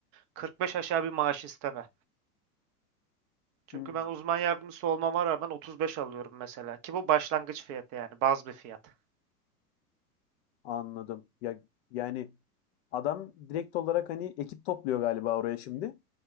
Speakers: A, on the right (about 30°); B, on the left (about 45°).
A: 45 aşağı bir maaş isteme. Çünkü
B: Hmm.
A: ben uzman yardımcısı olmama rağmen 35 alıyorum mesela ki bu başlangıç fiyatı yani baz bir fiyat.
B: Anladım. Ya yani adam direkt olarak hani ekip topluyor galiba oraya şimdi.